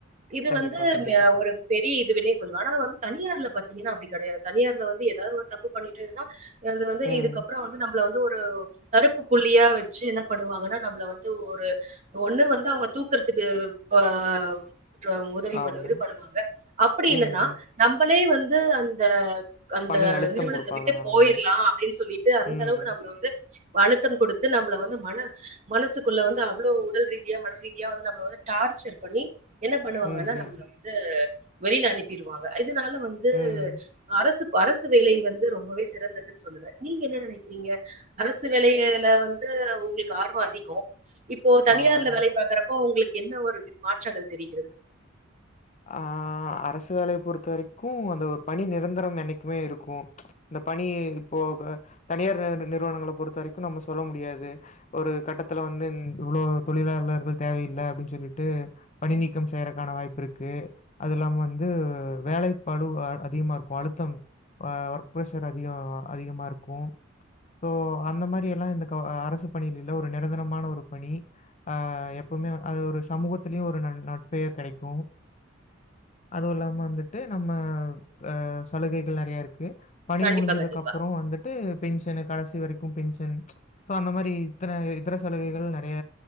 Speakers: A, on the right (about 35°); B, on the left (about 35°).
A: இது
B: கண்டிப்பா,
A: வந்து
B: கண்டிப்பா.
A: மேயாவ் ஒரு பெரிய இ இது இவனே சொல்வானா வந்து தனியார்ல பாத்தீங்கனா அப்டி கெடையாது தனியார்ல வந்து ஏதா ஒரு தப்பு பண்ணிட்டேன என்து வந்து
B: ம்.
A: இதுக்கப்பறோ வந்து நம் ப்ல வந்து ஒரு கருப்பு புள்ளியா வெச்சி என்ன பண்ணுவாங்கனா நம்மள வந்து ஒரு ஒன்னு வந்து அவுங்க தூக்கறதுக்கு வா றா அவு உதவி பண்ண
B: ஆமா.
A: இது பண்ணும்போது அப்பிடி
B: ம்,
A: இல்லன்னா
B: ம்.
A: நம்பளே வந்து து அந்த அந்த
B: பணி அழுத்தம்
A: நிறுவனந்த
B: குடுப்பாங்க
A: விட்டு போயிர்லா
B: ரொம்ப.
A: அப்டின்னு சொல்லிட்டு அந்த
B: ம்,
A: அளவுக்கு நம்பள வந்து அழுத்தம் கொடுத்து நம்பள வந்து மன மனசுக்குள்ள வந்து அவ்ளோ உடல்ரீதியா மனரீதியா வந்து நம்பள வந்து டார்ச்சர் பண்ணி என்ன பண்ணுவாங்கனா
B: ம், ம்,
A: நம்ல வந்து வெளில அனுப்பிருவாங்க இது தால வந்து
B: ம்.
A: அரசு வ அரசு வேலை வந்து ரொம்பவே சிறந்ததுன்னு சொல்லுவே நீங்க என்ன நெனைக்கிறீங்க அரசு வேலையேயில வந்து உங்குளுக்கு ஆர்வோ அதிகோ இப்போ தனியார்ல
B: ஆ.
A: வேலை பாக்குற போ உங்ளுக்கு என்ன ஒரு வித் மாற்றங்கள் தெரிகிறது
B: ஆ அரசு வேலைய பொறு த வரைக்கு அந்த ஒரு பணி நிரந் தரம் என்னிக்குமே இருக்கோ ச்ச இந்த பணி இதுப்போக தனியார் நி நிறுவனங்கள பொறுத்த வரைக்கும் நம்ம சொல்ல முடியாது ஒரு கட்டத்துல வந்து இந் இவ்ளோ தொழிலாளர்கள் தேவையில்லை அப்டின்னு சொல்லிட்டு பணி நீக்கம் செய்யறக்கான வாய்ப்பு இரு கு அது இல்லாம வந்து வேலை பழு அ அதிகமா இருக்கோ அழுத்தம் ஆ ஒர்க் பிரஸர் அதிக அதிகமா இருக்கோ சோ அந்த மாரி எல்லா இந்த கவு அ அரசு பணில இல்ல ஒரு நிரந்தரமான ஒரு பணி ஆ எப்புமே அது ஒரு சமூகத்திலையு ஒரு நன் ந பேர் கெடைக்கும் அதுவு இல்லாம வந்துட்டு நம்ம ஆஹ் சலுகைகள் நறையா இருக்கு பணி
A: கண்டிப்பா
B: முடிஞ்சதுக்கு
A: கண்டிப்பா
B: அப்புற வந்துட்டு பென்ஷனுக் கடைசி வரைக்கு பென்ஷன் சோ அந்த மாரி இத்தன இதர சலுகைகள் நறைய